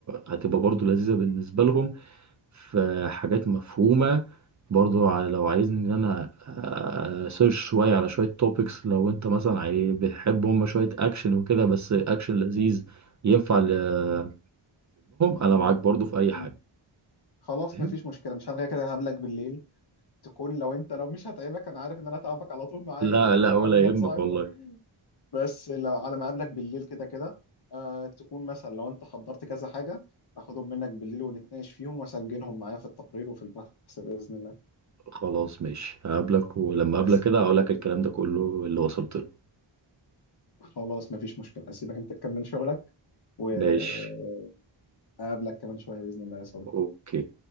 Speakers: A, on the right (about 40°); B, on the left (about 55°).
A: هتبقى برضه لذيذه بالنسبه لهم في حاجات مفهومه برضه ع- لو عايزني ان انا سيرش شويه على شويه توبكس لو انت مثلا عاي- بتحب هم شويه اكشن وكده بس
B: م-
A: اكشن لذيذ ينفع لسنهم
B: م-
A: انا
B: أيوه
A: معاك برضه في اي حاجه
B: م. خلاص
A: فاهم؟
B: مفيش مشكلة مش هلغي كده هقابلك بالليل تكون لو انت لو مش هتعبك انا عارف ان انا هتعبك على طول معايا
A: لا لا
B: من
A: ولا
B: اول ما
A: يهمك
B: تصاحبنا
A: والله
B: بس لو على ما اقابلك بالليل كده كده آه تكون مثلا لو انت حضرت كذا حاجه اخدهم منك بالليل ونتناقش فيهم واسجلهم معايا في التقرير وفي البحث باذن الله
A: خلاص ماشي هقابلك ولما اقابلك
B: أسي...
A: كده هقول لك الكلام ده كله اللي وصلت له
B: خلاص مفيش مشكله اسيبك انت تكمل شغلك واقابلك
A: ماشي
B: كمان شويه باذن الله يا صديقي
A: اوكي